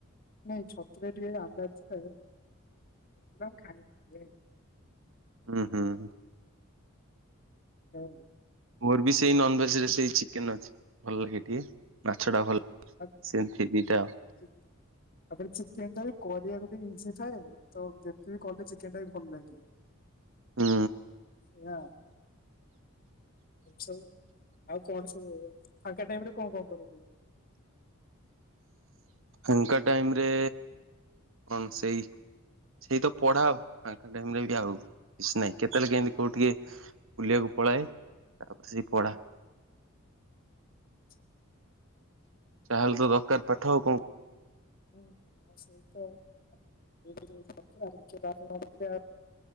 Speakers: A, on the left; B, on the right.
A: ନାଇଁ ଛତୁରେ ଟିକେ ଆମ୍ୱିଲା <unintelligible> ଖାଏନି
B: ହୁଁ, ହୁଁ, ହୁଁ।
A: ହୁଁ।
B: ମୋର ବି ସେଇ ନନଭେଜ ରେ ସେଇ ଚିକେନ୍ ଅଛି ଭଲ ଲାଗେ ଟିକେ। ମାଛ ଟା ଭଲ
A: ଆ-
B: ସେମିତି ଦିଟା
A: ହଁ,
B: ଆଉ।
A: ତାପରେ ଚିକେନ୍ ଟା ବି କରିବାକୁ ଟିକେ ଇଜି ଥାଏ। ତ ଯେମିତି ବି କଲେ ଚିକେନ୍ ଟା ବି ଭଲ ଲାଗିବ ତ
B: ହୁଁ
A: ସେଇଆ ଏମିତି ସବୁ ଆଉ କଣ ସବୁ ଫାଙ୍କା ଟାଇମ୍ ରେ କଣ କଣ କର ସବୁ?
B: ଫାଙ୍କା ଟାଇମ୍ ରେ କଣ ସେଇ ସେଇ ତ ପଢ଼ା ଆଉ ଫାଙ୍କା ଟାଇମ୍ ରେ ବି ଆଉ କିଛି ନାହିଁ କେତେବେଳେ କେମିତି କୋଉ ଟିକେ ବୁଲିବାକୁ ପଳାଏ ତାପରେ ସେ ପଢ଼ା
A: <inaudible>
B: ଯାହେଲେ ତ ଦରକାର ପାଠ ଆଉ କ
A: ହଁ, ହଁ ସେଇ ତ ଆଉ <unintelligible> <unintelligible>